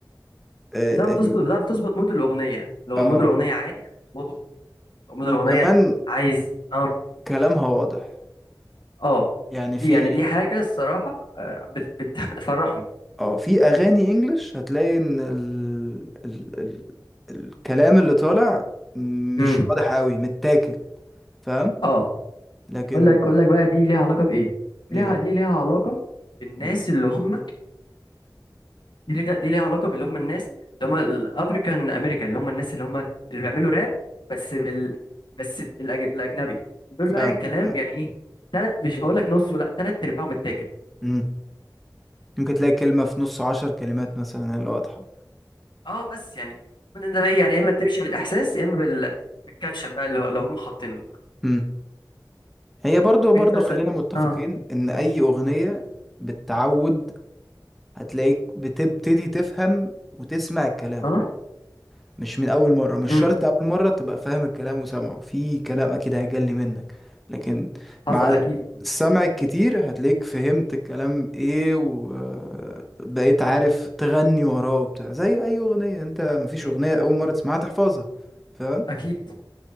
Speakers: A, in the centre; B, on the left.
A: اه
B: بتعرف
A: ال-
B: تظبط بتعرف تظبط مود الاغنيه لو
A: آه.
B: مود الاغنيه عالي هتظبطه لو مود
A: وكمان
B: الاغنيه عايز اه
A: كلامها واضح
B: اه
A: يعني في
B: دي يعني دي حاجه الصراحه آه، بت بت بتفرحني
A: اه في اغاني انجلش هتلاقي ان ال... ال... ال... الكلام اللي طالع مش
B: امم
A: واضح قوي متاكل فاهم
B: اه
A: لكن
B: اقول لك اقول لك بقى دي ليها علاقه بايه دي
A: ايه
B: ليها دي ليها علاقه بالناس
A: م.
B: اللي هم دي ليها دي ليها علاقة باللي هم الناس اللي هم الافريكان امريكان اللي هم الناس اللي هم اللي بيعملوا راب بس بال بس بالأج... بالاجنبي دول
A: فاهم
B: بقى الكلام
A: آه.
B: يعني ايه تلات مش هقول لك نص ولا تلات ارباعهم متاكل
A: م. ممكن تلاقي كلمة في نص عشر كلمات مثلا هي اللي واضحة
B: اه بس يعني ممكن انت بقى إيه، يعني يا اما تمشي بالاحساس يا اما بال... بالكابشن بقى اللي هو- اللي هم حاطين لك
A: م. هي برضو برضو
B: انت مثلا
A: خلينا متفقين
B: اه
A: ان اي اغنية بالتعود هتلاقيك بتبتدي تفهم وتسمع الكلام
B: اه
A: مش من اول مرة مش
B: امم
A: شرط اول مرة تبقى فاهم الكلام وسامعه في كلام اكيد هيجلي منك لكن
B: حصل
A: مع
B: اكيد
A: السمع الكتير هتلاقيك فهمت الكلام ايه وبقيت عارف تغني وراه وبتاع زي اي اغنية انت مفيش اغنية اول مرة تسمعها تحفظها فاهم
B: اكيد